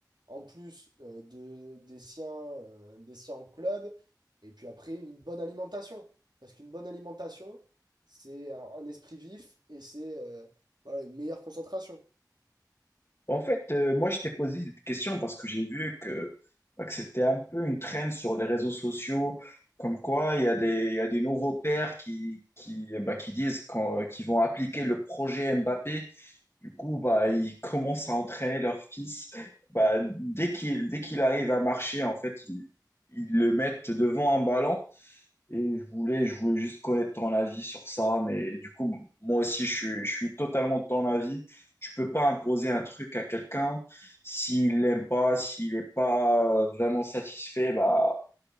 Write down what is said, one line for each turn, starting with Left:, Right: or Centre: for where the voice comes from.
Right: en plus euh, de, des siens, euh, des siens en club. Et puis après, une bonne alimentation. Parce qu'une bonne alimentation, c'est un esprit vif et c'est euh, voilà, une meilleure concentration.
Left: En fait, euh, moi, je t'ai posé cette question parce que j'ai vu que, bah, que c'était un peu une traîne sur les réseaux sociaux, comme quoi il y a des, il y a des nouveaux pères qui, qui, bah, qui disent qu'en- qu'ils vont appliquer le projet Mbappé. Du coup, bah, ils <laughs> commencent à entraîner leur fils. Bah, dès qu'il, dès qu'il arrive à marcher, en fait, ils, ils le mettent devant un ballon et je voulais, je voulais juste connaître ton avis sur ça, mais du coup, moi aussi, je, suis- je suis totalement de ton avis. Tu peux pas imposer un truc à quelqu'un s'il l'aime pas, s'il n'est pas vraiment satisfait, bah,